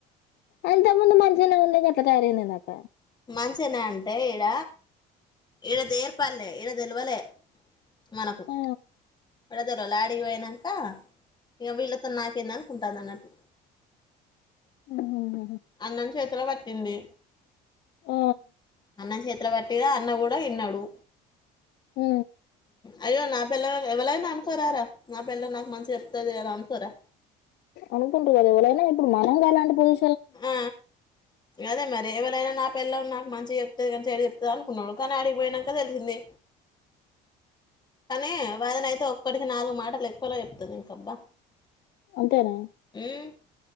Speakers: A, on the left (about 70°); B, on the left (about 25°).
A: అంత ముందు మంచిజన ఉంది కత టర న నాక
B: మంచిన అంటే ఈడ ఈడ దేర్పల్లే ఈడ తెలివలే మనకు
A: ఆ
B: పడదారు లాడ అయినాక ఇంక వీళ్ళతో నాకేంద అనుకుంటుంది అన్నట్టు
A: ఉ
B: అన్నం చేత్ర ప పిల్లి
A: అ
B: అన్నం చేతి పట్టి అన్న కూడా విన్నాడు
A: హ
B: అయ్యో నా పళ్ల ఎవళ నా అనుకోరా నా పిల్ల నాకు మంచిగా చెప్తుది అలా అనుకోరా
A: అనుకుంటారు కదా ఎవలనా ఇప్పుడు మనంగా అలాంటి పజి
B: ఆ అదే మరి ఎవరైనా నా పెళ్ళన్నాకు మంచిగా చెప్తుంది కానీ స చెప్తుంది అనుకున్నాడు కానీ ఆడిగిపోయియాక తెలిసింది కానీ వాదన అయితే ఒక్కడి ఈ నాలుగు మాటలు ఎక్కువ చెప్తది ఇంకబ్బా
A: అంతేనా
B: ఉమ్